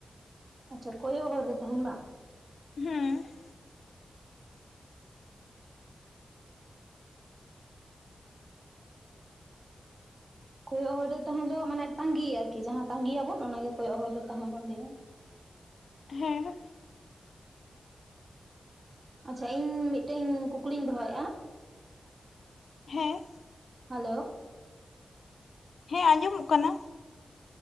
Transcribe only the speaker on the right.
ᱟᱪᱪᱷᱟ ᱠᱚᱭᱚᱜ ᱦᱚᱨ ᱨᱮ ᱛᱟᱦᱮᱱ ᱵᱟᱝ?
ᱠᱚᱭᱚᱜ ᱦᱚᱨ ᱨᱮ ᱛᱟᱦᱮᱸ ᱫᱚ ᱢᱟᱱᱮ ᱛᱟᱸᱜᱤ ᱟᱨᱠᱤ ᱡᱟᱦᱟᱸ ᱛᱟᱸᱜᱤᱭᱟᱵᱚᱱ ᱚᱱᱟᱜᱮ ᱠᱚᱭᱚᱜ ᱦᱚᱨ ᱨᱮ ᱛᱟᱦᱮᱸ ᱵᱚᱱ ᱞᱟᱹᱭᱟ ᱾
ᱟᱪᱪᱷᱟ ᱤᱧ ᱢᱤᱫᱴᱮᱱ ᱠᱩᱠᱞᱤᱧ ᱫᱚᱦᱚᱭᱮᱜᱼᱟ᱾
ᱦᱮᱞᱳ?